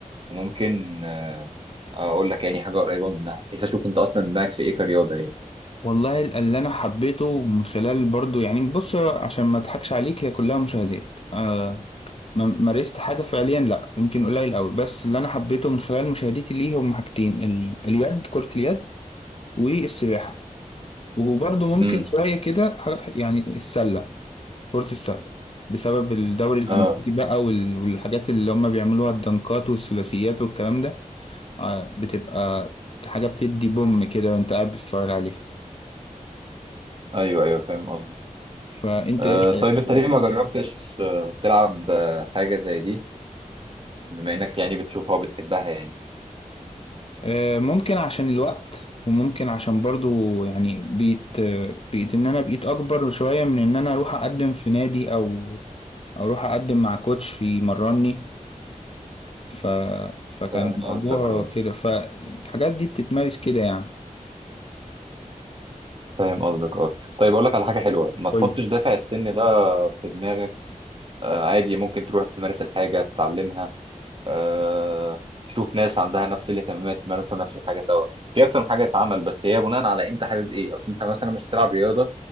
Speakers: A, on the right; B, on the left.
A: وممكن آه اقول لك يعني حاجه قريبه منها بحيث اشوف انت اصلا دماغك في ايه كرياضه يعني
B: والله ال- اللي أنا حبيته من خلال برضو يعني بص عشان ما أضحكش عليك هي كلها مشاهدات آه ما- مارست حاجة فعليا لأ يمكن قليل أوي بس اللي أنا حبيته من خلال مشاهدتي ليه هم حاجتين ال- اليد كرة اليد والسباحة وبرضه ممكن
A: امم
B: شوية كده ح- يعني السلة كرة السلة بسبب الدوري الأمريكي
A: اه
B: بقى وال- والحاجات اللي هم بيعملوها الدنكات والثلاثيات والكلام ده آه، بتبقى حاجة بتدي بوم كده وأنت قاعد بتتفرج عليها
A: ايوه ايوه فاهم قصدك
B: فأنت
A: آه
B: إيه
A: طيب
B: رأيك؟
A: انت ليه ما جربتش آه تلعب آه حاجه زي دي بما انك يعني بتشوفها وبتحبها يعني
B: آه، ممكن عشان الوقت وممكن عشان برضو يعني بقيت آه، بقيت إن أنا بقيت أكبر شوية من إن أنا أروح أقدم في نادي أو أو أروح أقدم مع كوتش يمرني ف... فكان
A: فاهم
B: الموضوع
A: قصدك اه
B: كده فالحاجات دي بتتمارس كده يعني
A: فاهم قصدك اه طيب اقول لك على حاجه حلوه ما
B: قول
A: تحطش
B: لي
A: دافع السن ده في دماغك آه عادي ممكن تروح تمارس الحاجه تتعلمها آه، شوف ناس عندها نفس الاهتمامات تمارسوا نفس الحاجه سوا في اكتر من حاجه تتعمل بس هي بناء على انت حابب ايه اصل انت مثلا مش هتلعب رياضه